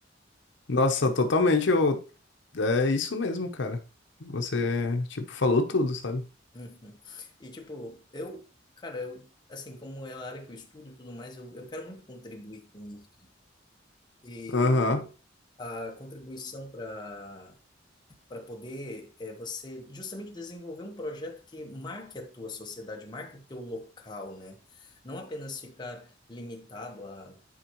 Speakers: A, on the left (about 65°); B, on the left (about 25°).
A: Nossa, totalmente eu. É isso mesmo, cara. Você, tipo, falou tudo, sabe?
B: Uhum. E, tipo, eu, cara, eu, assim, como é a área que eu estudo e tudo mais, eu, eu quero muito contribuir com isso. E
A: Aham. <laughs>
B: a contribuição para para poder é, você justamente desenvolver um projeto que marque a tua sociedade, marque o teu local, né? Não apenas ficar limitado a